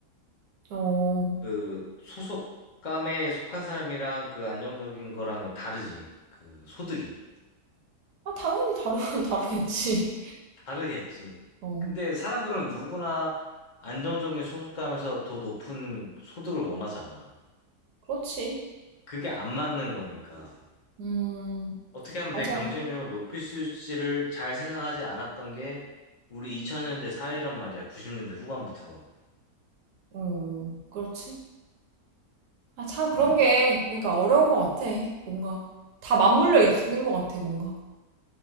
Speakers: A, on the right; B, on the left.
A: 어.
B: 그 소속감에 속한 사람이랑 그 안정적인 거랑 다르지. 그 소득이
A: 아, 당연히 다르, <laughs> 다르겠지.
B: 다르겠지.
A: 어,
B: 근데 사람들은 누구나 안정적인 소속감에서 더 높은 소득을 원하잖아.
A: 그렇지.
B: 그게 안 맞는 거니까.
A: 음,
B: 어떻게 하면
A: 맞아.
B: 내 경쟁력을 높일 수 있을지를 잘 생각하지 않았던 게 우리 2000년대 사회란 말이야. 90년대 후반부터.
A: 어, 그렇지. 아, 참,
B: 음.
A: 그런 게, 그러니까 어려운 것 같아. 뭔가. 다 맞물려
B: 어려-
A: 있는 것 같아, 뭔가.